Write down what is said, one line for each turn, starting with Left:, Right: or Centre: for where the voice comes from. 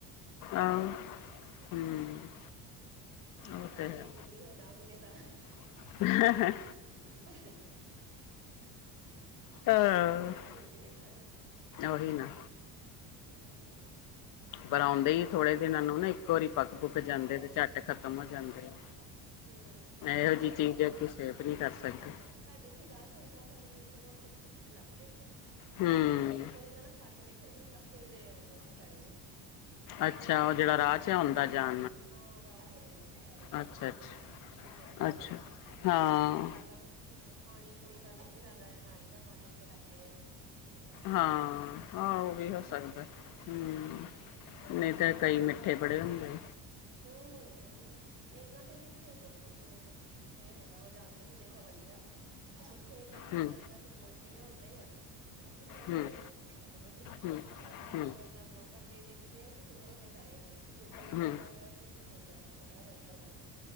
Left: ਆਹੋ
Right: ਚੰਗੀ
Left: ਹੂੰ
Right: ਤਰ੍ਹਾਂ ਮੈਂ
Left: ਉਹ
Right: ਪ੍ਰੱਖਤੀ
Left: ਤੇ ਹੈ।
Right: ਦਿੰਦੀ ਹੁਣ ਗਾਂ ਮਿਲੇ। ਤਾਂ,
Left: <inaudible>
Right: <unintelligible> ਪੱਤੇ
Left: ਤਾਂ
Right: ਗਹਾਂ ਕੀ <unintelligible>
Left: ਉਹੀ ਨਾ।
Right: ਹੂੰ।
Left: ਪਰ ਆਉਂਦੇ ਹੀ ਥੋੜੇ ਦਿਨਾਂ ਨੂੰ ਨਾ ਇੱਕ ਵਾਰੀ। ਪੱਕ ਪੁੱਕ
Right: ਹਾਂ
Left: ਜਾਂਦੇ ਤੇ ਝੱਟ ਖਤਮ ਹੋ
Right: ਉਹੀ
Left: ਜਾਂਦੇ
Right: ਨਾ
Left: ਆ।
Right: ਹਮ
Left: ਇਹੋ
Right: ਸਾਡੇ
Left: ਜਿਹੀ
Right: ਇੱਥੇ
Left: ਚੀਜ਼ ਅਸੀਂ ਸੇਫ ਨਹੀਂ ਕਰ ਸਕਦੇ
Right: ਹਾਂ, ਸਾਡੇ ਇੱਥੇ ਘਾਹ 'ਚ ਹੈਗਾ ਵਾ ਲੇਕਿਨ ਉਸ 'ਚ ਬਹੁਤ ਛੋਟੇ ਛੋਟੇ ਜਿਹੇ ਲੱਗਦੇ ਇੱਕਦਮ।
Left: ਹੂੰ
Right: ਪਤਾ ਨੀ ਇੱਕ ਵਾਰੀ ਮੈਂ ਨਾ ਖਾ ਕੇ ਵੇਖੇ ਬੜੇ ਕੱਸੇ ਜੇ ਇਕਦਮ ਸੜੇ ਜੇ।
Left: ਅੱਛਾ, ਉਹ ਜਿਹੜਾ ਰਾਹ 'ਚ ਆਉਂਦਾ ਜਾ।
Right: ਹਾਂ, ਰਾਹ 'ਚ ਐ ਓ ਸਿਆਲੇ ਜੇ
Left: ਅੱਛਾ
Right: ਇੱਕ ਦਮ
Left: ਅੱਛਾ
Right: ਹੈਗੇ ਆ ਨਿੱੱਕੇ ਨਿੱੱਕੇ
Left: ਅੱਛਾ
Right: ਜੇ।
Left: ਹਾਂ
Right: ਜਾਂ ਲੱਗਦਾ ਹੂੰ ਪਾਣੀ ਪੂਣੀ ਪੈਣ ਵੀ ਲੱਗਦਾ ਆ ਨਾਲੀ ਦਾ ਪਾਣੀ ਵੀ ਤੇ ਲਾਗੇ ਆ। ਤਾਂ ਕਰਕੇ
Left: ਹਾਂ, ਉਹ ਵੀ ਹੋ ਸਕਦਾ ਹੂੰ।
Right: ਹਮ
Left: ਨਹੀਂ ਤੇ ਕਈ ਮਿੱਠੇ ਬੜ੍ਹੇ ਹੁੰਦੇ।
Right: ਹੂੰ ਉਹੀ ਨਾ ਇਹਨਾਂ ਦੇ ਵੀ ਉੱਥੇ ਇੱਕ ਉੱਥੇ ਹੈਗਾ ਵਾ ਜਾਂਦੇ ਹੁੰਦੇ ਪਵਨ ਜਾ। ਉੱਥੇ ਕੰਮ
Left: ਹੂੰ
Right: ਚੱਲਦਾ ਉੱਥੋਂ ਤੋੜ ਕੇ ਲਿਆਉਂਦੇ ਆ। ਉਹ ਵੀ ਚੰਗੇ
Left: ਹੂੰ
Right: ਆ ਵੱਡੇ ਵੱਡੇ। ਇਹ
Left: ਹੂੰ
Right: ਹੈ
Left: ਹੂੰ
Right: ਮਤਲਬ ਵੱਡੇ ਦੇਖਦੇ ਆ ਕਿ ਕਿੰਨੇ ਵੱਡੇ ਸਾਰੇ ਆ? ਇਹ ਗੁਠਲੀਆਂ
Left: ਹੂੰ
Right: ਵੱਡੀਆਂ ਹੁੰਦਾ ਤੇ ਉੱਥੇ ਗੁਰਦਾਥੋੜਾ ਰਹਿੰਦਾ ਉਹਦਾ